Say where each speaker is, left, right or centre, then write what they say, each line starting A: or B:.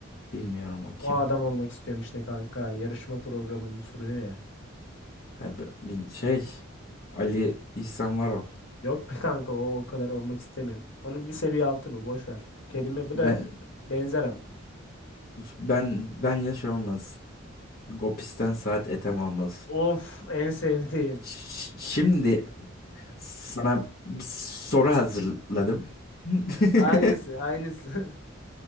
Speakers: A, on the left; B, on the left.
A: Bilmiyorum o
B: O
A: kim.
B: adam olmak istiyorum işte kanka. Yarışma programını sürüyor ya.
A: Ha, b- bin- şey Ali İhsan Varol.
B: Yok be kanka o, o kadar olmak istemiyorum. Onun bir seviye altı bu. Boş ver. Kelime bu
A: Ben
B: da benzer ama.
A: ben bence şey olmaz. Gopis'ten saat etem almaz.
B: Of en sevdiğim.
A: Ş- Şimdi sana bir soru hazırladım. <laughs>
B: Aynısı aynısı.